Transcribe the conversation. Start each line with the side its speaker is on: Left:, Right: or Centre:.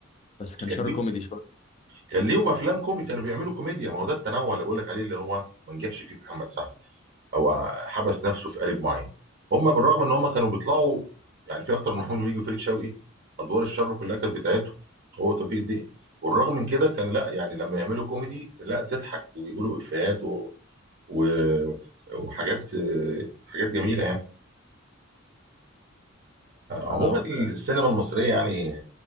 Left: بس كان
Right: كان
Left: شر
Right: ليهم
Left: كوميدي شوية
Right: كان ليهم افلام كوميدي كانوا بيعملوا كوميديا ما هو ده التنوع اللي بقول لك عليه اللي هو ما نجحش فيه محمد سعد او حبس نفسه في قالب معين هم بالرغم ان هم كانوا بيطلعوا يعني في اكتر من محمود بيجي وفريد شوقي ادوار الشر كلها كانت بتاعتهم هو توفيق الدين والرغم من كده كان لا يعني لما يعملوا كوميدي لا تضحك ويقولوا افيهات و... و... وحاجات حاجات جميله يعني
Left: لا
Right: عموما
Left: لا هو-
Right: السينما المصريه يعني